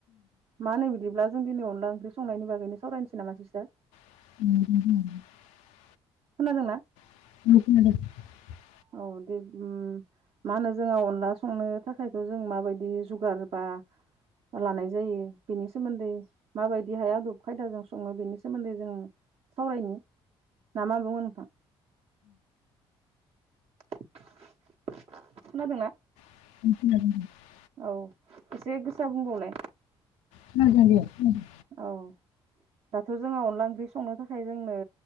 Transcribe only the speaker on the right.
माहोनो बिदिब्ला जों दिनै अनदला ओंख्रि संनायनि बागैनो सावरायनोसै नामा सिस्टार।
खोनादोंना।
औ दे उम। मा होनो जोंहा अनला संनो थाखायथ' जों माबायदि जुगार बा लानाय जायो बेनि सोमोन्दै माबायदिहाय आदब खायदाजों सङो बेनि सोमोन्दै जों सावरायनि ना मा बुङो नोंथां। <unintelligible> खोनादोंना।
औ एसे गोसा बुंबावलाय।
औ। दाथ' जोङो अनला ओंख्रि संनो थाखाय जोंनो